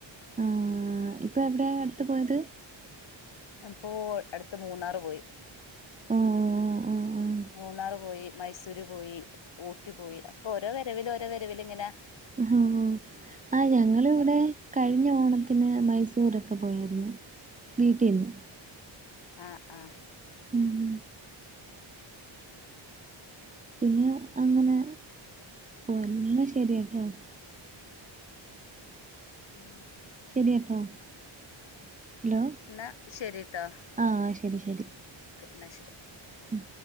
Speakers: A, on the right; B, on the left.
A: ആ ആ ഇപ്പൊ എവിടെയാ അടുത്ത് പോയത്
B: അപ്പോ അടുത്ത് മൂന്നാറ് പോയി
A: ആഹ്
B: മൂന്നാറ് പോയി മൈസൂര് പോയി ഊട്ടി പോയി ഒക്കോരോ വര രവിലോരോ വരവിലിങ്ങന
A: ഹോ ആ ഞങ്ങളിവിടെ കഴിഞ്ഞ ഓണത്തിന് മൈസ് റ്റുറൊക്കെ പോയിരുന്നു വീട്ടീന്ന്
B: ആ ആ
A: മ്മ്മ്മ് പിന്നെ അങ്ങനെ പോയി എന്നാ ശരിയെട്ടോ
B: മ്മ്
A: ശരിയെട്ടോ ഹലോ
B: ന്നാ ശരിട്ടോ
A: ആ ശരി ശരി
B: എന്ന ശരി
A: മ്മ്